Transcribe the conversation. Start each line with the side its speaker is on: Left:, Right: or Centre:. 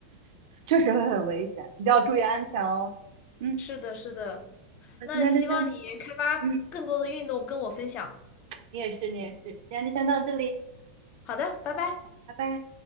Right: <clears throat> 确实会很危险，一定要注意安全哦。
Left: 嗯，
Right: 嗯，
Left: 是的，是的。
Right: 那今天就先，
Left: 那希望你开发更多的运动跟我分享。
Right: 嗯，你也是，你也是，今天就先到这里，
Left: 好的，拜拜。
Right: 拜拜。